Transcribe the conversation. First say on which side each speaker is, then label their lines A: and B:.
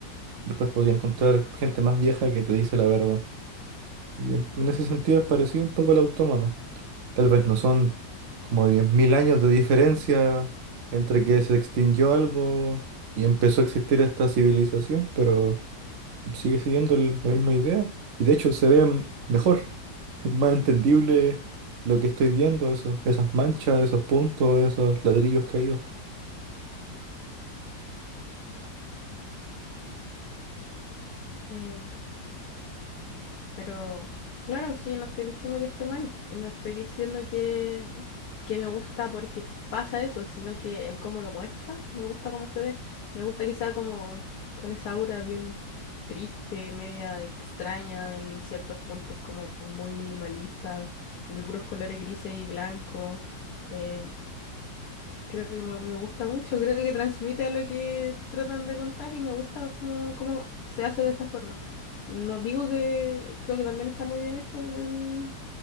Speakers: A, on the right (about 70°); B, on the left (about 65°).
A: Después podéis encontrar gente más vieja que te dice la verdad. Y en ese sentido es parecido un poco al autómata. Tal vez no son como 10.000 años de diferencia entre que se extinguió algo y empezó a existir esta civilización, pero sigue siguiendo el- la misma idea. Y de hecho se ve m- mejor, <laughs> es más entendible lo que estoy viendo, esos, esas manchas, esos puntos, esos ladrillos caídos.
B: Eh, Pero claro, sí, no estoy diciendo que esté mal, eh, no estoy diciendo que, que me gusta porque pasa eso, sino que el cómo lo muestra, me gusta cómo se ve, me gusta que sea como con esa aura bien triste, media extraña en ciertos puntos, como muy minimalista, de puros colores grises y blancos. eh, Creo que me, me gusta mucho, creo que transmite a lo que tratan de contar y me gusta cómo, cómo se hace de esa forma. No digo que creo que también está muy bien hecho en el,